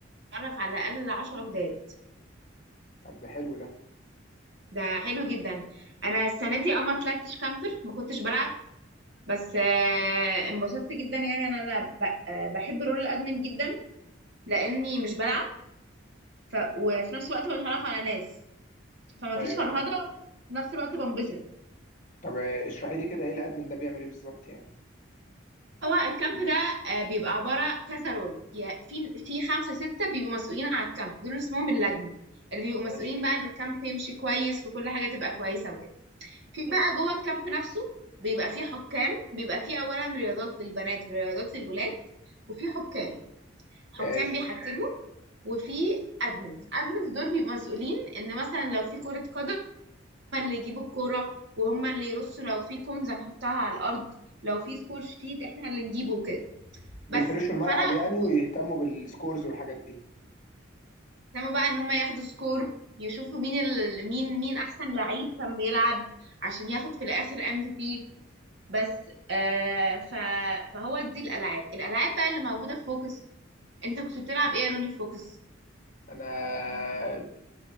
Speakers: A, on the right; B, on the left.
A: بتعرف على الاقل 10 جداد
B: طب ده حلو ده
A: ده حلو جدا انا السنه دي اه ما طلعتش كامبر ما كنتش بلعب بس آه، انبسطت جدا يعني انا انا ب- آه، بحب رول الادمن جدا لاني مش بلعب ف... وفي نفس الوقت بتعرف على ناس فما
B: ايوه
A: فيش فرهده في نفس الوقت بنبسط
B: طب اشرحي لي كده ايه الادمن ده بيعمل ايه بالظبط يعني
A: هو الكامب ده آه، بيبقى عبارة كذا رول يا- في في خمسة ستة بيبقوا مسؤولين على الكامب دول اسمهم اللجنة اللي بيبقوا
B: ماشي
A: مسؤولين بقى ان الكامب يمشي كويس وكل حاجة تبقى كويسة وكده في بقى جوه الكامب نفسه بيبقى في حكام بيبقى في أولا رياضات للبنات ورياضات للولاد وفي حكام حكام
B: ماشي
A: بيحكموا وفي أدمنز أدمنز دول بيبقوا مسؤولين ان مثلا لو في كرة قدم هم اللي يجيبوا الكورة وهم اللي يرصوا لو في كونز هنحطها على الأرض لو في سكور شيت احنا اللي نجيبه وكده
B: بيفرشوا
A: بس
B: الملعب
A: فانا
B: يعني
A: كنت
B: ويهتموا بالسكورز والحاجات دي
A: مهتمه بقى ان هم ياخدوا سكور يشوفوا مين ال... مين مين احسن لعيب كان بيلعب عشان ياخد في الاخر ام في بي بس آه ف... فهو دي الالعاب الالعاب بقى اللي موجوده في فوكس انت كنت بتلعب ايه يا روني في فوكس
B: انا <laughs>